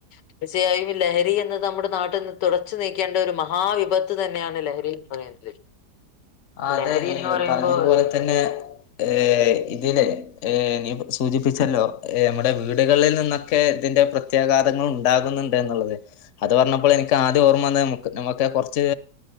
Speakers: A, on the left (about 80°); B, on the left (about 55°).
A: തീർച്ചയായും ലഹരി എന്ന് നമ്മുടെ നമ്മുടെ നാട്ടിൽന്ന് തുടച്ചു നീക്കേണ്ട ഒരു മഹാവിപത്ത് തന്നെയാണ് ലഹരിന്ന് പറയുന്നത്.
B: അതെ
A: ലഹരി
B: നീ
A: എന്ന് പറയുമ്പോ
B: പറഞ്ഞതുപോലെ തന്നെ ഏ ഇതില് ഏ നീ പ്പോ സൂചിപ്പിച്ചല്ലോ നമ്മടെ വീടുകളിൽ നിന്നൊക്കെ ഇതിന്റെ പ്രത്യാഘാതങ്ങൾ ഉണ്ടാകു ന്നുണ്ട്ന്ന്ള്ളത് അത് പറഞ്ഞപ്പോൾ എനിക്ക് ആദ്യ ഓർമ്മന്ന നമുക്ക് കൊറച്ച്